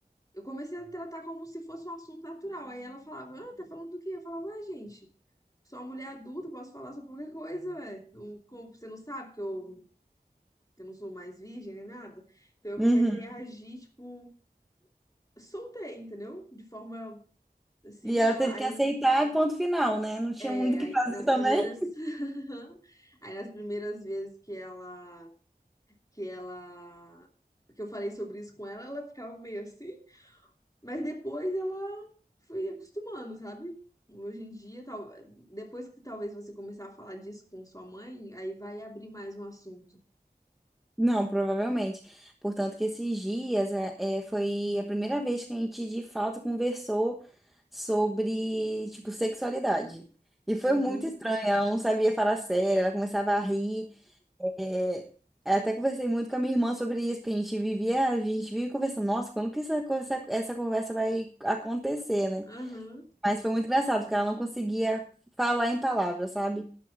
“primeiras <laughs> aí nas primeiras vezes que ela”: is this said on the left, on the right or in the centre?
Left